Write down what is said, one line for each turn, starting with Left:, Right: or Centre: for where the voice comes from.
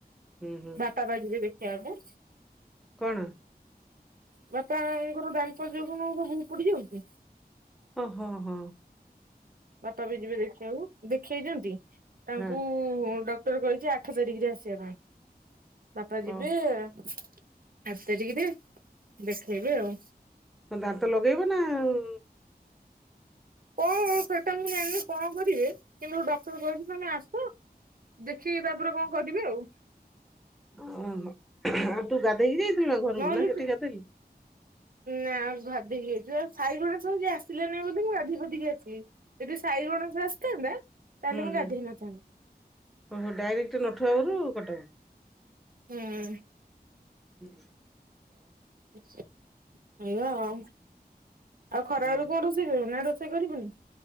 Centre: ହୁଁ ହୁଁ ହୁଁ।
Right: ଭାଟା ବାଜିରେ ଦେକହିବାକୁ।
Centre: କଣ?
Right: ବାପାଙ୍କର ଦାମ୍ପତ୍ୟ କଣ ସବୁ ପଡିଯାଉଛି।
Centre: ହଁ ହଁ ହଁ।
Right: ବାପା ବି ଯିବେ ଦେଖିବାକୁ ଦେଖେଇଛନ୍ତି ତାଙ୍କୁ
Centre: ହଁ
Right: ଡକ୍ଟର କହିଛି। ଆଠ ତାରିଖରେ ଆସିବା ପାଇଁ ବାପା ଯିବେ
Centre: ଓ
Right: ଆଠ ତାରିଖରେ। ଦେଖେଇବେ ଆଉ।
Centre: ହ ଦାାନ ତ ଲଗେଇବ ନା ଆଉ।
Right: କଣ ସେଇଟା ମୁଁ ଜାଣିଲି କଣ କରିବି କିନ୍ତୁୋ ଡକ୍ଟର କହଛନ୍ତି ତମେ ଆସ। ଦେଖିକି ତାପରେ କଣ କରିବି ଆଉ।
Centre: ଓୋ ଆଉ ତୁ ଗାଧେଇକି ଯାଇଥିଲୁ ନା ଘରକୁ
Right: ନହେଲେ
Centre: ନା ସେଠି ଗାଧେଇଲୁ।
Right: ନା ଗାଧୋଇିକି ଯାଇଛିଉ ସାଇଘଣ ତ ଯଏ ଆସିଲୋନି ବୋଲି ମୁଁ ଗାଧୋଇିୋଧିକି ଆସିବି। ଯଦି ସାଇଗଣଙ୍କ ଆସିଥାନ୍ତା ତାହେଲେ
Centre: ହୁଁ
Right: ମୁଁ
Centre: ହୁଁ
Right: ଗାଧେଇଇ ନଥାନ୍ତି।
Centre: ଓହୋ ଡାଇରେକ୍ଟ ନଠୁ ଆବରୁ କଟକ।
Right: ହୁଁ
Centre: ହୁଁ।
Right: ଏଇଆ ଆଉ ଆଉ ଖରାବେଳକୁ
Centre: ହୁଁ।
Right: କଣ ରୋ ରୋଇ କରିବୁ ନା ରୋଷେଇ କରିବୁନି?